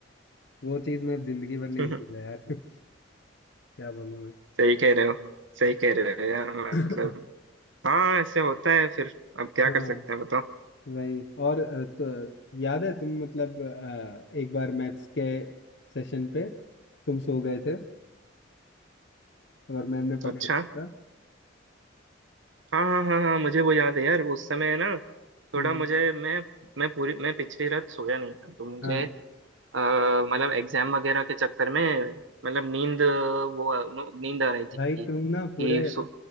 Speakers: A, on the left; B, on the right.
A: वो चीज़ मैं जिंदगी भर नहीं
B: <laughs>
A: भूलूंगा यार <laughs> क्या बोलूं मैं
B: सही कह रहे हो सही कह रहे हो यार मतलब
A: <coughs>
B: हाँ ऐसे होता है फिर अब क्या
A: हाँ
B: कर सकते हैं बताओ
A: वही और अ, तो याद है तुम मतलब अ, एक बार मैथ्स के सेशन पे तुम सो गए थे और मैम ने पकड़
B: अच्छा
A: लिया था।
B: हाँ हाँ हाँ हाँ मुझे वो याद है यार उस समय ना थोड़ा
A: हम्म
B: मुझे मैं मैं पूरी मैं पिछली रात सोया नहीं था तो मुझे
A: हाँ
B: अ, मतलब एग्जाम वगैरह के चक्कर में मतलब नींद वो नो- नींद आ रही थी
A: भाई तुम
B: कि
A: ना पूरे
B: सो